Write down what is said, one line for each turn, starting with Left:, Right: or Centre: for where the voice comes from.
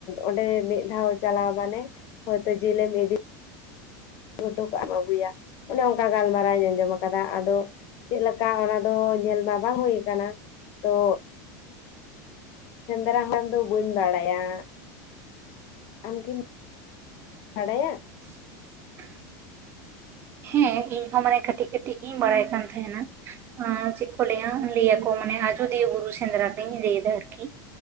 Left: ᱚᱸᱰᱮ ᱢᱤᱫ ᱫᱷᱟᱣ ᱪᱟᱞᱟᱣ ᱢᱟᱱᱮ ᱦᱚᱭᱛᱳ ᱡᱤᱞᱮᱢ ᱤᱫᱤ ᱜᱷᱩᱴᱩ ᱠᱚᱟᱜ ᱮᱢ ᱟᱹᱜᱩᱭᱟ ᱚᱱᱮ ᱚᱝᱠᱟ ᱜᱟᱞᱢᱟᱨᱟᱣᱤᱧ ᱟᱸᱡᱚᱢ ᱟᱠᱟᱫᱟ ᱟᱫᱚ ᱪᱮᱫ ᱞᱮᱠᱟ ᱚᱱᱟ ᱫᱚ ᱧᱮᱞ ᱢᱟ ᱵᱟᱝ ᱦᱩᱭ ᱠᱟᱱᱟ ᱛᱚ? ᱥᱮᱸᱫᱽᱨᱟ ᱠᱷᱚᱱ ᱫᱚ ᱵᱟᱹᱧ ᱵᱟᱲᱟᱭᱟ᱾ ᱟᱢ ᱠᱤᱢ <inaudible> ᱵᱟᱲᱟᱭᱟ
Right: <inaudible> ᱦᱮᱸ ᱤᱧ ᱦᱚᱸ ᱢᱟᱱᱮ ᱠᱟᱹᱴᱤᱡ ᱠᱟᱹᱴᱤᱡ ᱜᱤᱧ ᱵᱟᱲᱟᱭ ᱠᱟᱱ ᱛᱟᱦᱮᱱᱟ᱾ ᱪᱮᱫ ᱠᱚ ᱞᱟᱹᱭᱟ ᱞᱟᱹᱭ ᱟᱠᱚ ᱢᱟᱱᱮ ᱟᱡᱚᱫᱤᱭᱟᱹ ᱵᱩᱨᱩ ᱥᱮᱸᱫᱽᱨᱟ ᱜᱤᱧ ᱞᱟᱹᱭᱮᱫᱟ ᱟᱨᱠᱤ?